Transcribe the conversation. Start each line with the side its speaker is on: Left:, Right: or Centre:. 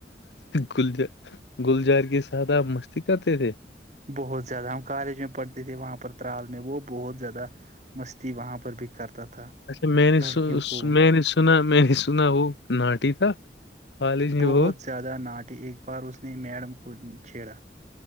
Left: گل گلجار کی سادہ مستی کرتے تھے
Right: بہت زیادہ ہم کالج میں پڑھتے تھے وہاں پر ترال میں وہ بہت زیادہ مستی وہاں پر بھی کرتا تھا
Left: <unintelligible>
Right: لڑکیوں کو
Left: میں
Right: بہت
Left: وہ
Right: زیادہ ناٹی ایک بار اس نے میڈم کو چھیڑا